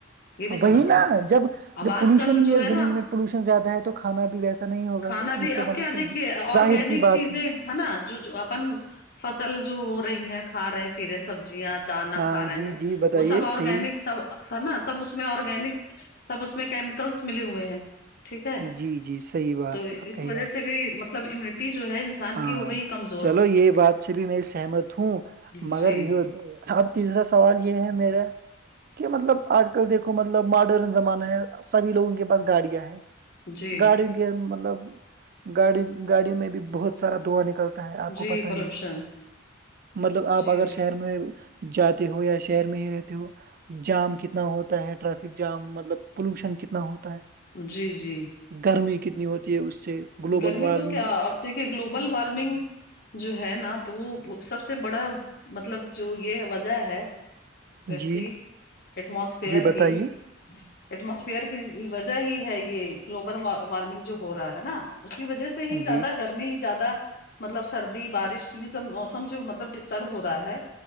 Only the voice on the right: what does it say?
وہی نا جب
جب
پولوشن
ہی
زمین میں پولوشن زیادہ ہے تو کھانا بھی ویسا نہیں ہوگا
یہ تو
مطلب
ظاہر سی بات
ہاں
جی
جی بتائیے
صحیح
جی جی صحیح بات
کہیے
آپ
ہاں
چلو یہ بات سے بھی میری سہمت ہوں
مگر یہ اب تیسرا سوال یہ ہے میرا کہ مطلب آج کل دیکھو مطلب ماڈرن زمانہ ہے سبھی لوگوں کے پاس گاڑیاں ہیں
گاڑیوں کے مطلب گاڑی گاڑیوں میں بھی بہت سارا دواں نکلتا ہے آپ کو
پتا
ہی مطلب آپ
اگر شہر میں جاتے ہو یا شہر میں ہی رہتے ہو جام کتنا ہوتا ہے ٹریفک جام مطلب پولوشن کتنا ہوتا ہے
گرمی کتنی ہوتی مط تی ہے اس سے گلوبل
وارمنگ
جی
جی بتائیے
جی